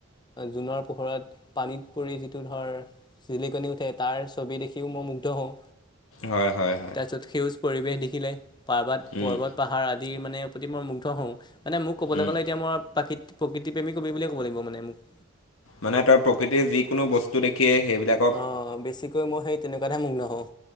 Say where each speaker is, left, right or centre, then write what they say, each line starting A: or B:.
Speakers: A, on the left (about 20°); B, on the left (about 75°).
A: জোনৰ পোহৰত পানীত পৰি যিটো ধৰ জিলিকনি উঠে তাৰ ছবি দেখিও মই মুগ্ধ হওঁ
B: হয় হয় হয়
A: তাৰপিছত সেউজ পৰিৱেশ দেখিলে পাৰ্বত
B: উম,
A: পৰ্বত পাহাৰ আদিৰ মানে প্ৰতি মোৰ মু হওঁ মানে মোক ক'বলৈ
B: উম।
A: গ'লে এতিয়া মই প্ৰাকৃ প্ৰকৃতি প্ৰেমী কবি বুলিয় ক'ব লাগিব মানে মোক
B: মানে তই প্ৰকৃতিৰ যিকোনো বস্তু দেখিয়ে সেইবিলাক
A: অ বেছিকৈ মই সেই তেনেকুৱা ধে মগ নহওঁ